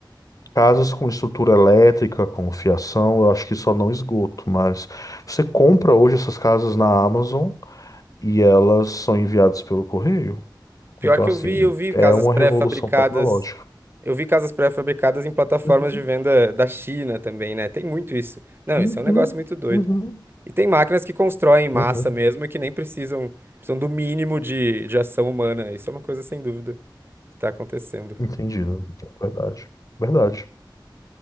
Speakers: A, on the left; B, on the right.
A: Casas com estrutura elétrica, com fiação, eu acho que só não esgoto, mas você compra hoje essas casas na Amazon e elas são enviadas pelo correio.
B: Pior
A: Então,
B: que
A: assim,
B: eu vi, eu vi
A: é
B: casas
A: uma
B: pré-fabricadas
A: revolução tecnológica.
B: Eu vi casas pré-fabricadas em plataformas
A: Uhum,
B: de venda da China também, né? Tem muito isso. Não,
A: uhum,
B: isso é um negócio muito doido.
A: uhum,
B: E tem máquinas que constroem em massa
A: uhum.
B: mesmo e que nem precisam, precisam do mínimo de, de ação humana. Isso é uma coisa sem dúvida que tá acontecendo.
A: Entendido. Verdade. Verdade.